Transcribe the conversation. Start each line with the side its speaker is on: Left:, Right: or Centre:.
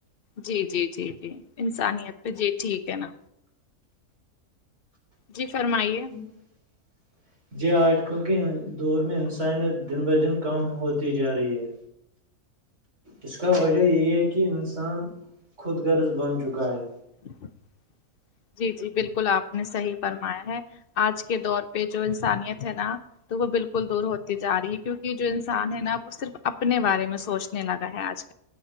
Left: جی جی جی جی انسانیت پہ جی ٹھیک ہے نا جی فرمائیے
Right: <inaudible> جی آج کل کے دور میں انسانیت دن بہ دن کم ہوتی جا رہی ہے اس کا وجہ یہی ہے کہ کہہ انسان خود غرض بن چکا ہے
Left: ا <inaudible> جی جی بالکل آپ نے صحیح فرمایا ہے آج کے دور پہ جو انسانیت ہے نا تو وہ بالکل دور ہوتی جا رہی ہے کیونکہ جو انسان ہے نا وہ صرف اپنے بارے میں سوچنے لگا ہے آج